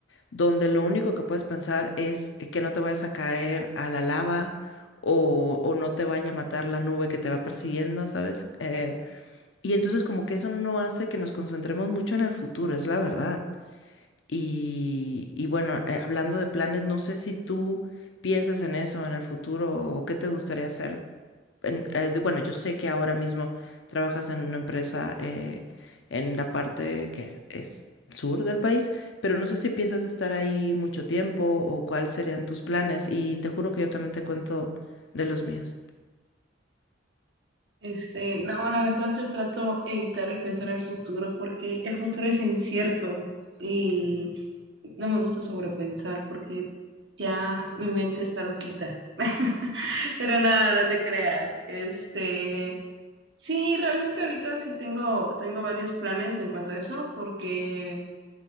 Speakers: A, on the left (about 85°); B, on the right (about 65°).
A: donde lo único que puedes pensar es que no te vayas a caer a la lava o, o no te vaya a matar la nube que te va persiguiendo, ¿sabes? Eh, y entonces como que eso no hace que nos concentremos mucho en el futuro, es la verdad. Y, y bueno, eh, hablando de planes, no sé si tú piensas en eso en el futuro o qué te gustaría hacer. En- eh, de- bueno, yo sé que ahora mismo trabajas en una empresa eh, en la parte que es sur del país, pero no sé si piensas estar ahí mucho tiempo o cuáles serían tus planes. Y te juro que yo también te cuento de los míos.
B: Este, no, la verdad yo trato evitar el pensar el futuro porque el futuro es incierto y no me gusta sobrepensar porque ya mi mente está loquita. <laughs> Pero nada, no te creas. Este, sí, realmente ahorita sí tengo, tengo varios planes en cuanto a eso porque